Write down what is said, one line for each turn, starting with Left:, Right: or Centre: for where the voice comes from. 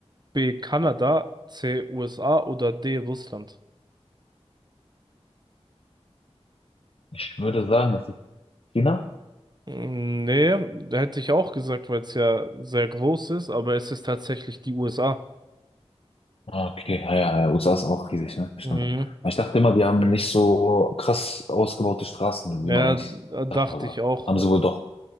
Right: B Kanada, C USA oder D Russland?
Left: Ich würde sagen, es ist China.
Right: Mm, Nee, da hätte ich auch gesagt, weil es ja sehr groß ist, aber es ist tatsächlich die USA.
Left: Ah, Okay, ja, ja, ja, USA ist auch riesig, ne? Stimmt.
Right: Mhm.
Left: Aber Ich dachte immer, die haben nicht so krass ausgebaute Straßen,
Right: Ja,
Left: wie man eigentlich
Right: da dachte
Left: dachte, aber
Right: ich auch.
Left: haben
Right: äh,
Left: sie wohl doch.